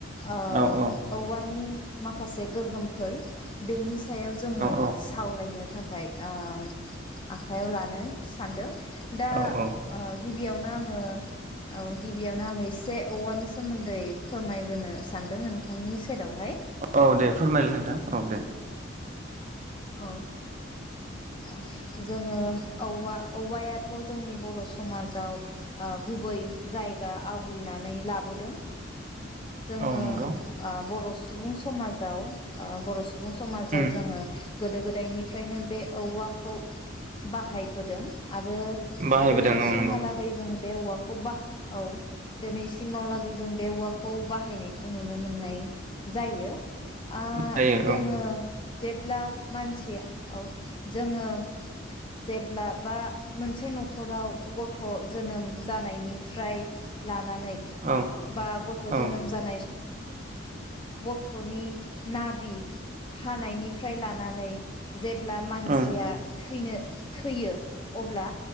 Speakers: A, on the left; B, on the right.
A: ओ
B: औ औ
A: औवानि माखासे गोहोमफोर बेनिस सायाव जोङो
B: औ
A: सावरायनो था खाय ओ आखाइयाव लानो सानदों दा
B: औ औ
A: ओ गिबियावनो आङो औ गिबियावनो आङो एसे औवानि सोमोन्दै फोरमायग्रोनो सानदों नोंथांनि सेरावहाय
B: औ दे फोरमायलाय नोंथां औ दे
A: औ औ जोङो औवा औवायाथ' जोंनि बर' समाजाव ओ गुबै जायगा आवग्रिनानै लाबोदों। जोङो
B: औ नंगौ
A: ओ बर' सुबुं समाजाव ओ बर' सुबुं समाजाव
B: उम
A: जोङो गोदो गोदायनिफ्रायनो बे औवाखौ बाहायबोदों। आरो
B: बाहायबोदों
A: दोनै
B: औ
A: सिमहालागै
B: नंगौ
A: जों बे औवाखौ बाह औ दिनैसिमावलागै जों बे औवाखौ बाहायनायखौ नुनो मोननाय जायो। आ
B: जायो
A: जोङो
B: औ
A: जे जेब्ला मानसिया औ जोङो जेब्ला बा मोनसे नखराव गथ' जोनोम जानायनिफ्राय ला लानानै
B: औ
A: बा गथ'
B: औ
A: जोनोम जानाय गथ'नि नाबि हानायनि फ्राय लानानै जेब्ला मानसिया
B: औ
A: थैनो थैयो अब्ला